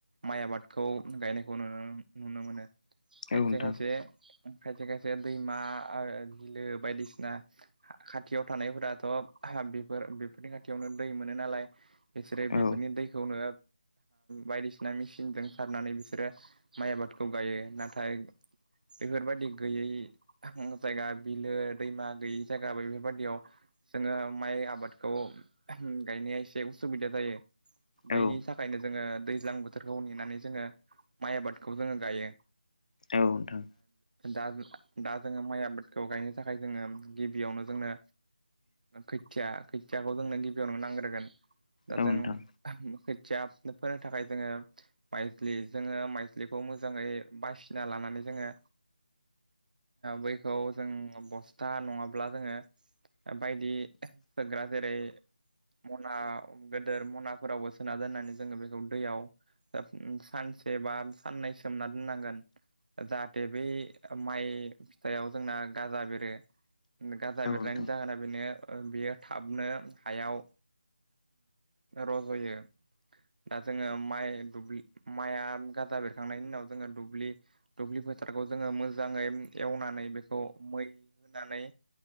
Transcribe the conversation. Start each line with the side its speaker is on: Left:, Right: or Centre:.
Right: माइ आबादखौ गायनायखौ नु-नुनो मोनो। खायसे
Left: औ नोंथां
Right: खायसे खायसे खायसे दैमा आ बिलो बायदिसिना खाथियाव थानायफोराथ' बेफोर बेफोरनि खाथियावनो दै मोनो नालाय। बिसोरो बेफोरनि
Left: औ
Right: दैखौनो बायदिसिना मेसिंनजों सारनानै बि बिसोरो माइ आबादखौ गायो नाथाय बेफोरबायदि गैयै जायगा बिलो दैमा गैयै जायगा बेफोरबायदियाव जोंङो माइ आबादखौ गायनाया एसे उसुबिदा जायो बैनि
Left: औ
Right: थाखायनो जोंङो दैज्लां बोथोरखौ नेनानै जोंङो माइ आबादखौ जोङो गायो।
Left: औ नोंथां
Right: दा दा जोंङो माइ आबादखौ गायनो थाखाय जोंङो गिबियावनो जोंनो खोथिया खोथियाखौ जोंनो गिबियाव नोंनो नांग्रोगोन दा
Left: औ
Right: जों
Left: नोंथां
Right: खोथिया फोनो थाखाय जोंङो माइजलि जोंङो माइस्लिखौ मोजाङै बासिना लानानै जोंङो बैखौ जों ब खोथा नङाब्ला जोङो बायदि सोग्रा जेरै <unintelligible> गेदेर मनाफोरावबो सोना दोननानै जोंङो बेखौ दैयाव सानसे बा साननैसोमना नांगोन जाहाथे बै माइ फिथाइाव जोंना गाजा बेरो गाजा
Left: औ
Right: बेरनायनि
Left: नोंथां
Right: जागोना बेनो बियो थाबनो हायाव रज'यो दा जोंङो माइ दुबलि माइआ गाजा बेरखांनायनि उनाव जों दुब्लि फोथारखौ जोंङो मोजाङै एवनानै बेखौ मै होनानै